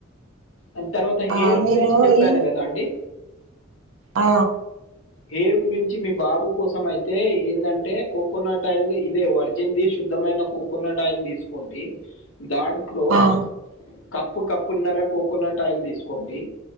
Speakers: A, on the left (about 70°); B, on the right (about 80°).
A: అం తర్వాత హెయిర్
B: ఆ మీరు
A: గురించి చెప్పాను
B: ఈ
A: కదా అండి
B: ఆ
A: హెయిర్ గురించి మీ బాబు కోసం అయితే ఏందంటే కోకోనట్ ఆయిల్ ఇదే వర్జిన్ ది శుద్ధమైన కోకోనట్ ఆయిల్ తీసుకోండి దాంట్లో
B: ఆ
A: కప్పు కప్పున్నర కోకోనట్ ఆయిల్ తీసుకోండి